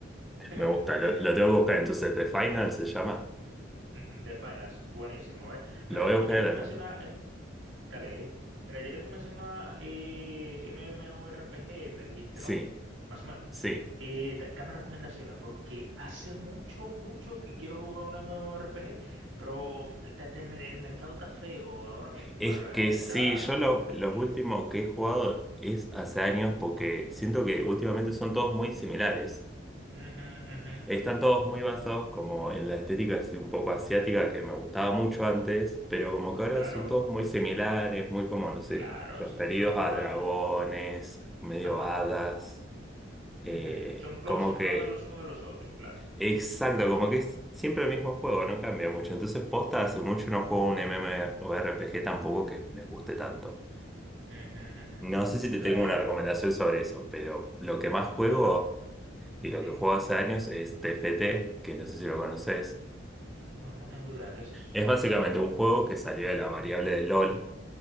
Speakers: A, on the right; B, in the centre.
A: <laughs>
B: Me gusta, lo, lo tengo que buscar entonces. The Final se llama.
A: Ujú, The Finals, buenísimo, ¿eh?
B: Lo
A: Mira,
B: voy a buscar
A: ya que
B: en
A: tú
B: la
A: mencionas,
B: tarde.
A: em, dale, ¿eh? Mira, ya que tú mencionas eh, MMORPG, me dijiste, ¿no?
B: Sí,
A: Más o menos.
B: sí.
A: Eh, da- dame recomendaciones, porque hace mucho, mucho que quiero jugar un MMORPG, pero ta- ta- el, el mercado está feo ahora mismo,
B: Es
A: barra,
B: que sí,
A: ¿eh? Está
B: yo lo,
A: horrible.
B: los últimos que he jugado es hace años porque siento que últimamente son todos muy similares.
A: Ujú, ujú.
B: Están todos muy basados como en la estética así un poco asiática que me gustaba mucho antes, pero como que ahora
A: Claro,
B: son todos muy similares, muy como, no sé,
A: claro,
B: referidos
A: so- son clones.
B: a dragones, medio
A: Ajá.
B: hadas, eh,
A: Ujú, Son, clo-
B: como
A: son
B: que,
A: clones los unos de los otros, claro.
B: exacto, como que es siempre el mismo juego, no cambia mucho. Entonces, posta, hace mucho no juego un MMORPG tampoco que me guste tanto.
A: Ujú, ujú.
B: No sé si te
A: Tú
B: tengo
A: sabes que.
B: una recomendación sobre eso, pero lo que más juego
A: Ajá,
B: y lo
A: sí.
B: que juego hace años es t F T, que no sé si lo conoces.
A: No, no tengo idea de qué es eso.
B: Es básicamente un juego que salió de la variable de LOL,